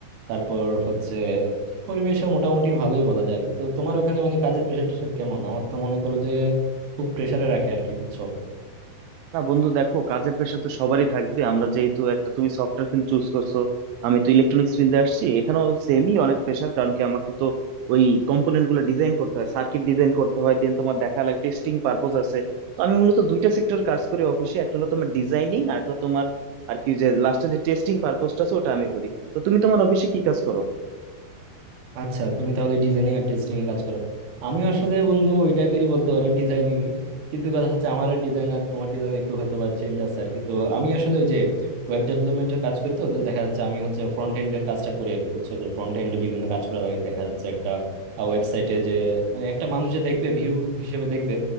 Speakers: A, on the right; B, on the right.
A: তারপর হচ্ছে এই পরিবেশও মোটামুটি ভালোই বলা যায় আর কি তো তোমার ওখানে মানে কাজের প্রেশার টেশার কেমন আমার তো মনে করো যে খুব প্রেশারে রাখে আর কি বুঝছো
B: না বন্ধু দেখো কাজের প্রেশার তো সবারই থাকবে আমরা যেহেতু একটা তুমি সফটওয়্যার ফিল্ড চুজ করছো আমি তো ইলেকট্রনিক্স ফিল্ডে আসছি এখানেও সেমই অনেক প্রেশার কারণ কি আমাকে তো ওই কম্পোনেন্ট গুলো ডিজাইন করতে হয় সার্কিট ডিজাইন করতে হয় দেন তোমার দেখা লাগে টেস্টিং পারপোজ আছে তো আমি মূলত দুইটা সেক্টর কাজ করি অফিসে একটা হলো তোমার ডিজাইনিং আর একটা তোমার আর কি যে লাস্টে যে টেস্টিং পারপোজটা আছে ওটা আমি করি তো তুমি তোমার অফিসে কি কাজ করো
A: আচ্ছা তুমি তাহলে ডিজাইনিং আর টেস্টিং এ কাজ করো আমি আসলে বন্ধু ওই টাইপেরই বলতে পারো ডিজাইনিং কিন্তু কথা হচ্ছে আমার ডিজাইন আর তোমার ডিজাইন একটু হয়তো বা চেঞ্জ আছে আর কি তো আমি আসলে ওই যে ওয়েব ডেভেলপমেন্টের কাজ করি তো তো দেখা যাচ্ছে আমি হচ্ছে ফ্রন্ট এন্ডের কাজটা করি আর কি বুঝছো যে ফ্রন্ট এন্ডে বিভিন্ন কাজ করা লাগে দেখা যাচ্ছে একটা ওয়েবসাইটে যে মানে একটা মানুষ যে দেখবে ভিউ হিসেবে দেখবে